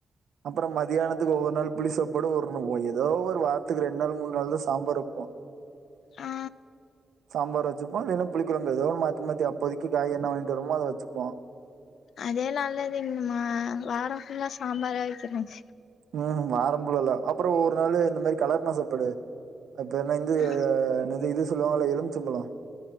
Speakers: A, on the right; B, on the left.
A: அப்பறம் மதியானத்துக்கு ஒவ்வொரு நாள் புளி சாப்பாடு ஒரு ஒ எதோ ஒரு வாரத்துக்கு ரெண்டு நாள் மூணு நாள்தா சாம்பார் வப்போ
B: ஆ
A: சாம்பார் வச்சுப்போ இல்லைனா புளி கொழம்பு எதோ ஒன் மாத்தி மாத்தி அப்போதைக்கு காய் என்ன வாங்கீட்டு வருவமோ அத வச்சுப்போ
B: அதே நல்லதுங்கமா வாரம் ஃபுல்லா சாம்பாரே வெக்கிறாங்
A: ம் வாரம் ஃபுல்லால அப்பறொ ஒரு நாளு இந்த மாரி கலர் நாசப்படு அப்ப என்ன இந்து
B: ஆ
A: நிது இது சொல்லுவாங்கல்ல எலுமிச்சம்பழோ